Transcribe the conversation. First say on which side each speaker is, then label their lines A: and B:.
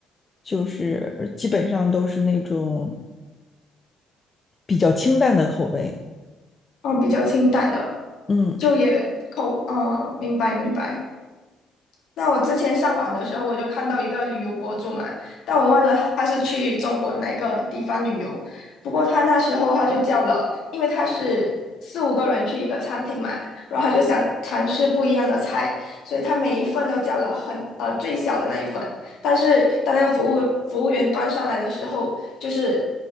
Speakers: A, on the left (about 35°); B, on the left (about 60°).
A: 就是基本上都是那种比较清淡的口味，
B: 哦，比较清淡了，
A: 嗯。
B: 就也口，呃，明白明白。那我之前上网的时候，我就看到一个旅游博主嘛，但我忘了他是去中国哪个地方旅游。不过他那时候他就叫了，因为他是四五个人去一个餐厅嘛，然后他就想尝试不一样的菜，所以他每一份都叫了很呃最小的那一份。但是当那个服务服务员端上来的时候，就是